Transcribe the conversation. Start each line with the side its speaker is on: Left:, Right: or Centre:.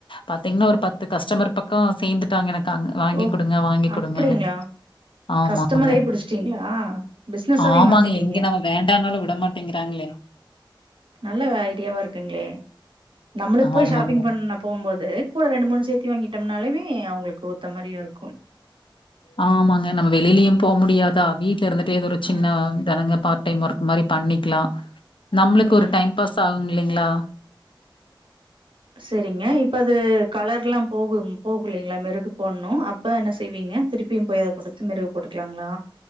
Left: பாத்தீங்னா ஒரு பத்து கஸ்டமர் பக்கோ சேந்துட்டாங்க எனக் காங்க வாங்கி
Right: ஓ
Left: குடுங்க வாங்கி
Right: அப்டிங்களா
Left: குடுங்கன்னு ஆமாங்க
Right: கஸ்டமரே புடிச்சிட்டீங்களா பிசினஸாவே
Left: ஆமாங்க
Right: மாத்திட்டீங்க
Left: எங்க நம்ம வேண்டானாலு விட மாட்டேங்கிறாங்ளே
Right: நல்ல ஐடியாவா இருக்குங்ளே நம்மளுக் போய்
Left: ஆமாங்க.
Right: ஷாப்பிங் பண்ண போம்போது கூட ரெண்டு மூணு சேத்தி வாங்கிட்டம்னாலுமே அவுங்களுக் கூத்த மாரி இரு
Left: ஆமாங்க நம்ம வெளியிலயும் போவ் முடியாதா வீட்ல இருந்துட்டு ஏதோ ஒரு சின்னா
Right: ம்
Left: தெனங்க பார் டைம் ஒர்க் மாரி பண்ணிக்லா நம்ளுக்கு
Right: ம்
Left: ஒரு டைம் பாஸ் ஆ கும் இலைங்ளா
Right: செரிங்க இப்ப அது கலர்ல்லா போகும் போகுலீங்ளா மெருகு போனு அப்ப என்ன செய்வீ ங்க திருப்பியு போய் அத குடுத்து மெருகு போட்டுக்லாங்ளா